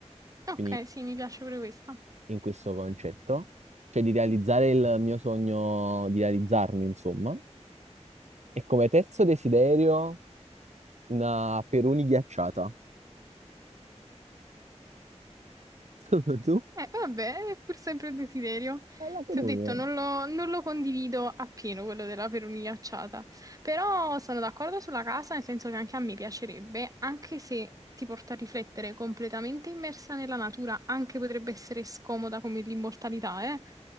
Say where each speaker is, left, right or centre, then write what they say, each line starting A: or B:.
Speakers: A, on the right; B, on the right.
A: ok,
B: quindi
A: sì, mi piace pure questa.
B: in questo concetto, cioè di realizzare il mio sogno, di realizzarmi, insomma. E come terzo desiderio... Una Peroni ghiacciata. <laughs> Tu?
A: Eh, vabbè, è pur sempre un desiderio.
B: Eh, la Peroni.
A: Ti ho detto,
B: Eh,
A: non lo, non lo condivido appieno quello della perunia acciata, però sono d'accordo sulla casa, nel senso che anche a me piacerebbe, anche se ti porta a riflettere completamente immersa nella natura, anche potrebbe essere scomoda come l'immortalità, eh?